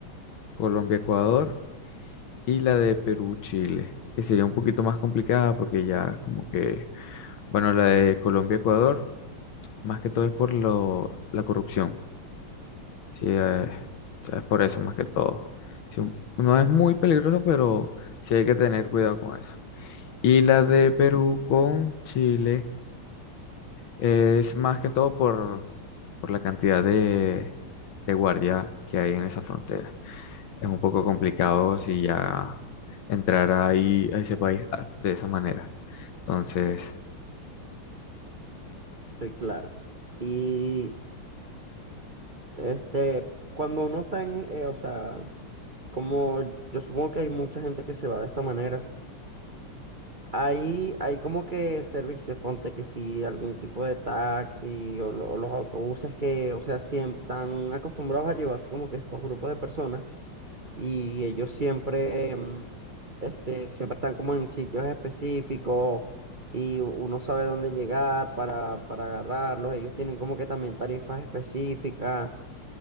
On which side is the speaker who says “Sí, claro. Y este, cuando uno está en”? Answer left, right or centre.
Right